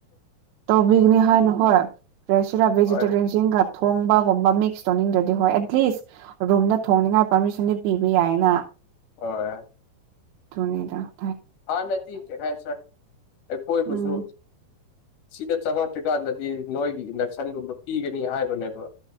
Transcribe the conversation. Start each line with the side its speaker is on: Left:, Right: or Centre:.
Right: ꯇꯧꯕꯤꯒꯅꯤ ꯍꯥꯏꯅ ꯍꯣꯏ ꯀ꯭ꯔꯩꯁꯤꯔꯥ ꯚꯦꯖꯤꯇꯦꯔꯤꯌꯟꯁꯤꯡꯒ
Left: ꯍꯣꯏ
Right: ꯊꯣꯡꯕꯒꯨꯝꯕ ꯃꯤꯛꯁ ꯇꯧꯅꯤꯡꯗ꯭ꯔꯗꯤ ꯍꯣꯏ ꯑꯦꯠꯂꯤꯁ ꯔꯨꯝꯗ ꯊꯣꯡꯅꯤꯉꯥꯏ ꯄꯥꯔꯃꯤꯁꯟꯗꯤ ꯄꯤꯕ ꯌꯥꯏꯅ
Left: ꯍꯣꯏ
Right: ꯗꯨꯅꯤꯗ
Left: ꯍꯥꯟꯅꯗꯤ ꯀꯩ ꯍꯥꯏꯁꯤꯔꯥ ꯑꯩꯈꯣꯏꯕꯨꯁꯨ
Right: ꯎꯝ
Left: ꯁꯤꯗ ꯆꯪꯉꯛꯇ꯭ꯔꯤꯀꯥꯟꯗꯗꯤ ꯅꯣꯏꯒꯤ ꯏꯟꯗꯛꯁꯟꯒꯨꯝꯕ ꯄꯤꯒꯅꯤ ꯍꯥꯏꯕꯅꯦꯕ